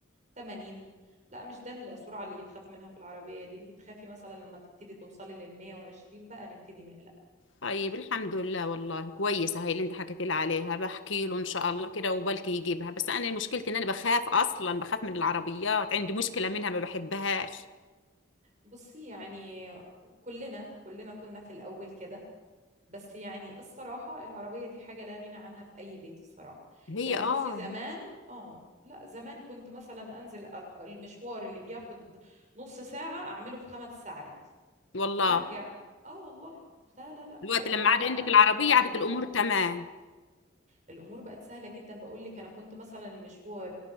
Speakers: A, on the right; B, on the left.
A: 80 لا مش ده السرعة اللي يتخاف منها في العربية دي انت تخافي مثلا لما تبتدي توصلي لل 120 بقى نبتدي نقلق
B: طيب الحمد لله والله كويسة هاي اللي انت حكيت لي عليها بحكي له ان شاء الله كده وبلكي يجيبها بس انا مشكلتي ان انا بخاف اصلا بخاف من العربيات عندي مشكلة منها ما بحبهاش
A: بصي يعني كلنا كلنا كنا في الأول كده بس يعني الصراحة العربية دي حاجة لا غنى عنها في أي بيت الصراحة
B: هي
A: يعني
B: اه
A: بصي زمان اه لا زمان كنت مثلا أنزل أط- المشوار اللي بياخد نص ساعة أعمله في خمس ساعات
B: والله
A: وأرجع اه والله لا لا لا
B: الوقت
A: وأرجع
B: لما عاد
A: بقى
B: عندك العربية
A: متمرمطة
B: عادت الامور تمام
A: الامور بقت سهله جدا بقول لك انا كنت مثلا المشوار